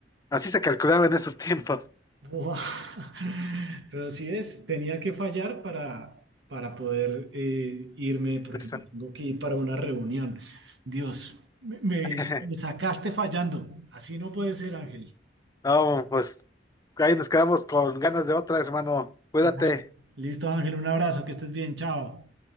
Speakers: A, on the left; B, on the right.
A: Así se calculaba en esos tiempos.
B: Buah. <laughs> Pero sí es, tenía que fallar para, para poder eh, irme porque
A: Eso.
B: me tengo que ir para una reunión. Dios, me, me-
A: <laughs>
B: me sacaste fallando. Así no puede ser, Ángel.
A: No, pues ahí nos quedamos con ganas de otra, hermano. Cuídate.
B: Ah, Listo, Ángel, un abrazo, que estés bien, chao.